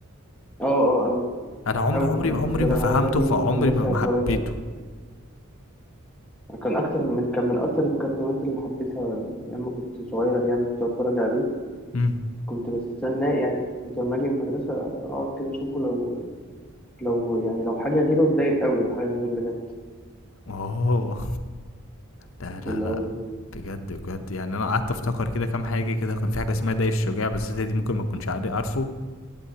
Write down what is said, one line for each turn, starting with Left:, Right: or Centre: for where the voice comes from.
Centre: اه اه اوي
Left: انا عمري
Centre: اوي
Left: عمري
Centre: انا
Left: عمري
Centre: كنت بقى-
Left: ما فهمته
Centre: باجي
Left: فعمري
Centre: من المدرسة
Left: ما ما
Centre: اتفرج
Left: حبيته
Centre: عليه كان اكتر من كان من اكتر الكرتونات اللي حبيتها لما كنت صغير يعني كنت اتفرج عليه
Left: امم
Centre: كنت بستناه يعني كنت لما اجي من المدرسه اقعد كده اشوفه لو لو يعني لو حاجه غيره اتضايق قوي لو حاجه غيره اللي جت
Left: اوه لا لا
Centre: اللي
Left: لا
Centre: هو بحبه.
Left: بجد بجد يعني انا قعدت افتكر كده كام حاجه كده كان في حاجه اسمها داي الشجاع بس انت دي ممكن ما تكونش عارف- عارفه